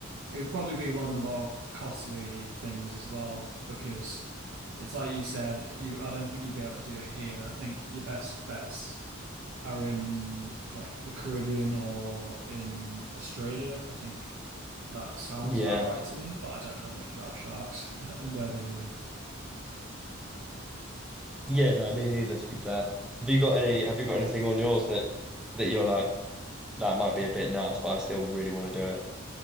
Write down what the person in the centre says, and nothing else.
Yeah.
Yeah, no, me neither to be fair. Have you got any have you got anything on yours that that you're like that might be a bit nuts, but I still really want to do it?